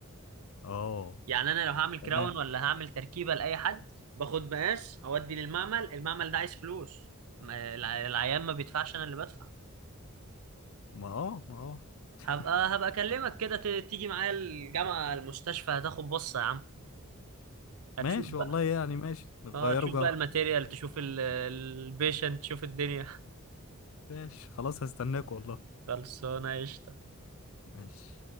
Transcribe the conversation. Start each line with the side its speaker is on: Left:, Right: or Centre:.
Left: اه
Right: يعني انا لو هعمل
Left: تمام
Right: كراون ولا هعمل تركيبه لاي حد باخد مقاس اودي للمعمل المعمل ده عايز فلوس ما- الع- العيان ما بيدفعش انا اللي بدفع
Left: ما اه ما اه
Right: هبقى هبقى
Left: يلا.
Right: اكلمك كده ت- تيجي معايا الجامعه المستشفى هتاخد بصه يا عم
Left: ماشي
Right: هتشوف بقى
Left: والله يعني ماشي نغيروا
Right: اه تشوف
Left: جو
Right: بقى الماتيريال تشوف البيشنت تشوف الدنيا <laughs>
Left: ماشي خلاص هستناك والله
Right: خلصانه قشطه
Left: ماشي